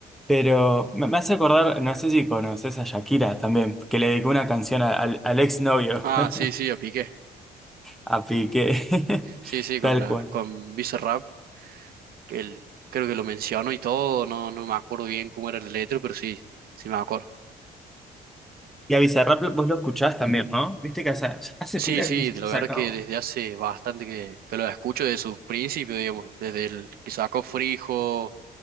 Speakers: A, in the centre; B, on the right.
A: Pero me, me hace acordar, no sé si conoces a Shakira también, que le dedicó una canción a- al, al exnovio,
B: Ah,
A: <laughs>
B: sí, sí, yo piqué.
A: a Piqué, <laughs>
B: Sí, sí,
A: tal
B: con la,
A: cual.
B: con Bizarrap el, creo que lo menciono y todo, no, no me acuerdo bien cómo era el letra, pero sí, sí me acuerdo.
A: Y a Bizarrap vos lo escuchás también, ¿no? Viste que hace, hace
B: Sí,
A: pila
B: sí,
A: que no sé
B: la
A: si ha
B: verdad
A: sacado.
B: es que desde hace bastante que, que lo escucho desde sus principios, digamos, desde el que sacó Frijo